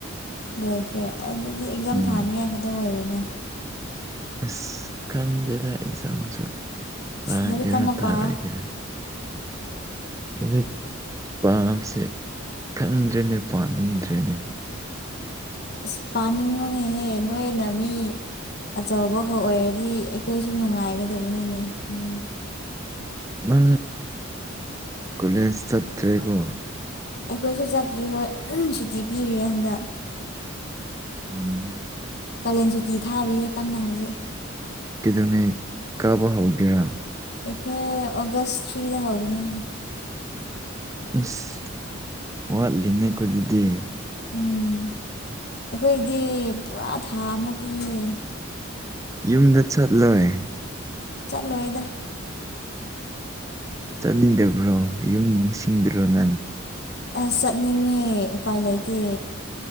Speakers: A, on the left; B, on the right.
A: ꯂꯣꯏꯈ꯭ꯔꯦ ꯑꯗꯨꯗꯤ ꯑꯦꯛꯖꯥꯝ
B: ꯎꯝ
A: ꯊꯥꯅꯤꯉꯥꯏ ꯈꯛꯇꯪ ꯑꯣꯏꯔꯦꯅꯦ
B: ꯑꯁ ꯈꯪꯗꯦꯗ ꯑꯦꯛꯖꯥꯝꯁꯨ ꯂꯥꯛꯑꯒꯦꯔꯥ
A: ꯑꯁ ꯂꯥꯏꯔꯤꯛ ꯀꯟꯅ
B: ꯊꯥꯔꯣꯏꯒꯦꯔꯥ
A: ꯄꯥꯎ
B: ꯑ ꯄꯥꯝꯁꯦ ꯈꯪꯗ꯭ꯔꯦꯅꯦ ꯄꯥꯅꯤꯡꯗ꯭ꯔꯦꯅꯦ
A: ꯑ ꯄꯥꯅꯤꯡꯉꯣꯅꯤꯍꯦ ꯅꯣꯏꯅ ꯃꯤ ꯑꯆꯧꯕꯒ ꯑꯣꯏꯔꯗꯤ ꯑꯩꯈꯣꯏꯁꯨ ꯅꯨꯡꯉꯥꯏꯒꯗꯕꯅꯤꯅꯦ ꯎꯝ
B: ꯃ ꯀꯨꯂꯦꯁ ꯆꯇ꯭ꯔꯦꯒꯣ
A: ꯑꯩꯈꯣꯏꯁꯨ ꯆꯠꯇ꯭ꯔꯤ ꯍꯣꯏ ꯎ ꯁꯨꯇꯤ ꯄꯤꯔꯤꯌꯦ ꯍꯟꯗꯛ
B: ꯎꯝ
A: ꯀꯥꯂꯦꯟ ꯁꯨꯇꯤ ꯊꯥꯔꯤꯌꯦ ꯀꯟꯅ ꯍꯧꯖꯤꯛ
B: ꯀꯩꯗꯧꯉꯩ ꯀꯥꯕ ꯍꯧꯒꯦꯔꯥ
A: ꯑꯩꯣꯏ ꯑꯣꯒꯁ ꯊꯔꯤꯗ ꯍꯧꯒꯅꯤ ꯍꯥꯏ
B: ꯑꯁ ꯋꯥꯠꯂꯤꯅꯦꯀꯣ ꯑꯗꯨꯗꯤ
A: ꯎꯝ ꯑꯩꯈꯣꯏꯗꯤ ꯄꯨꯔꯥ ꯊꯥ ꯑꯃ ꯄꯤꯌꯦ
B: ꯌꯨꯝꯗ ꯆꯠꯂꯣꯏ
A: ꯆꯠꯂꯣꯏꯗ
B: ꯆꯠꯅꯤꯡꯗꯕ꯭ꯔꯣ ꯌꯨꯝ ꯅꯤꯡꯁꯤꯡꯗ꯭ꯔꯣ ꯅꯪ
A: ꯑꯁ ꯆꯠꯅꯤꯡꯉꯦ ꯎꯄꯥꯏ ꯂꯩꯇꯦ꯫